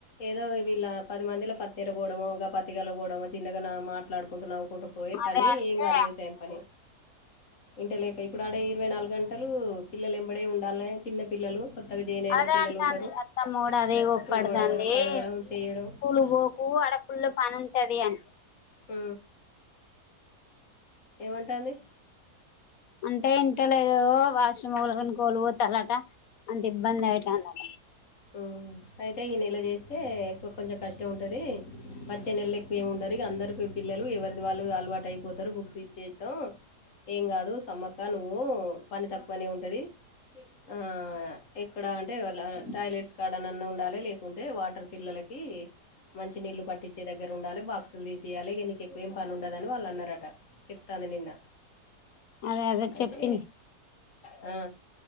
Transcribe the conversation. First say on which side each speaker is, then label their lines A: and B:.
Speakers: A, on the left; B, on the left.
A: ఏదో వీళ్ళ పది మందిలో పత్తిర పోడమో గా పత్తి గల పోవడమో చిన్నగా మాట్లాడుకుంట నవ్వు కుంటూ పోయే
B: అదే
A: పని
B: అంటే
A: ఏం కాదు వ్యవసాయం పని ఇంట లేక ఇప్పుడు ఆడే ఇరవై నాలుగు గంటలు పిల్లలు ఎంబడే ఉండాలనయే చిన్న పిల్లలు కొత్తగా జాయిన్ అయిన
B: అదే
A: పిల్లలు
B: అంటాది
A: ఉంటారు
B: అత్తమ్మ కూడా అదే ఒప్పడతంది.
A: తుడవడం కడగడం
B: దే
A: చేయడం
B: పూలు పోకు అడ ఫుల్లు పని ఉంటది అని
A: ఊ ఏమంటంది
B: అంటే ఇంట లేదు ఓ వాష్రూమ్ ఓలానికి ఒకలు పోతలట అంటే ఇబ్బంది ఐతందట.
A: ఊ అయితే ఈ నెల చేస్తే ఎక్కు కొంచెం కష్టం ఉంటది వచ్చే నెల ఎక్కువ ఏమం ఉండరు ఇక అందరు పి పిల్ల లు ఎవరిది వాళ్ళు అలవాటు అయిపోతారు బుక్స్ ఇచ్చేతం ఏం కాదు సమ్మక్క నువ్వు పని తక్కువనే ఉంటది ఆ ఎక్కడ అంటే ఆ టాయిలెట్స్ కాడనన్న ఉండాలి లేకుంటే వాటర్ పిల్లలకి మంచి నీలు పట్టించే దగ్గర ఉండాలి బాక్సులు తీసియాలి ఇగ నీకు ఎక్కువ ఏం పని ఉండదని వాళ్ళు అన్నారట చెప్తం ది నిన్న
B: అదే అదే చెప్పింది
A: అయితే ఆ